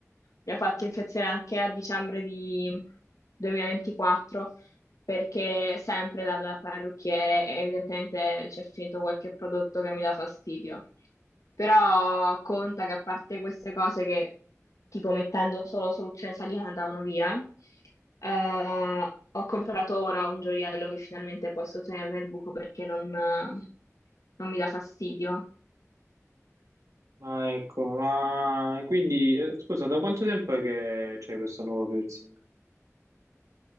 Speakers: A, on the left; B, on the right.
A: mi ha fatto infezione anche a dicembre di 2024 perché sempre dal parrucchiere evidentemente c'è finito qualche prodotto che mi dà fastidio. Però conta che a parte queste cose che tipo mettendo solo soluzione salina andavano via, eh, ho comprato ora un gioiello che finalmente posso tenere nel buco perché non, non mi dà fastidio.
B: Ah, ecco, ma quindi, eh, scusa, da quanto tempo è che c'è questo nuovo piercing?